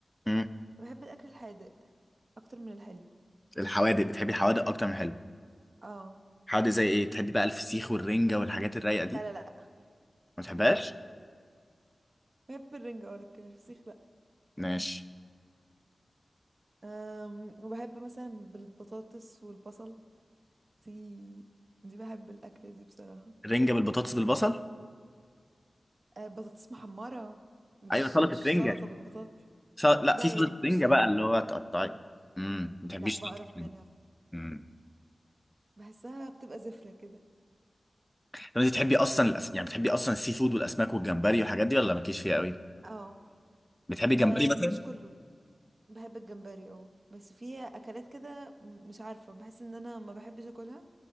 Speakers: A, in the centre; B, on the right.
A: امم
B: بحب الاكل الحادق اكتر من الحلو
A: الحوادق بتحبي الحوادق اكتر من الحلو
B: اه
A: حوادق زي ايه بتحبي بقى الفسيخ والرنجة والحاجات الرايقة
B: لا
A: دي
B: لا لا
A: ما بتحبهاش
B: لا بحب الرنجة اه لكن الفسيخ لا
A: ماشي
B: أم وبحب مثلا بالبطاطس والبصل دي دي بحب الأكلة دي بصراحة
A: رنجة بالبطاطس بالبصل
B: أه بطاطس محمرة مش
A: ايوه سلطة
B: مش
A: رنجة
B: سلطة بالبطاطس
A: سل... لا
B: لا
A: في سلطة
B: لا لا مش
A: رنجة
B: سلطة
A: بقى اللي هو تقطعي امم ما بتحبيش
B: لا بقرف
A: سلطة رنجة
B: منها
A: امم
B: بحسها بتبقى زفرة كده
A: طب انت بتحبي اصلا الأس... يعني بتحبي اصلا السي فود والاسماك والجمبري والحاجات دي ولا مالكيش فيها قوي
B: اه
A: بتحبي جمبري
B: آه،
A: مثلا
B: مش كله بحب الجمبري اه بس في اكلات كده م- مش عارفة بحس ان انا ما بحبش اكلها